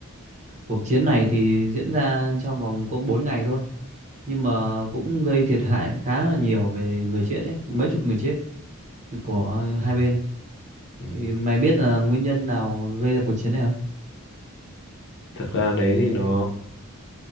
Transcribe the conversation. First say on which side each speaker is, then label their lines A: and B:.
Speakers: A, on the right; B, on the left.
A: cuộc chiến này thì diễn ra trong vòng có 4 ngày thôi. Nhưng mà cũng gây thiệt hại khá là nhiều về người chết đấy, mấy chục người chết của
B: Ừ.
A: hai bên.
B: Ừ.
A: Thì mày biết là nguyên nhân nào gây ra cuộc chiến này không?
B: Thực ra đấy thì nó